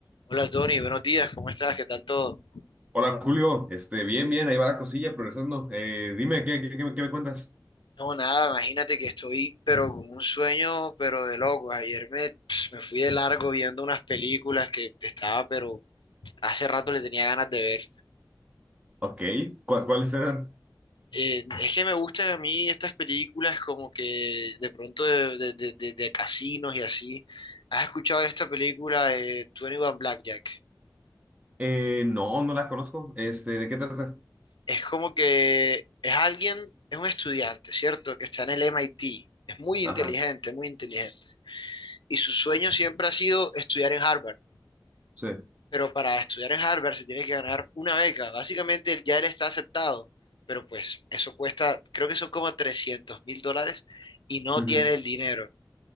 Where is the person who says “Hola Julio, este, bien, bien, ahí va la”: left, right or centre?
Right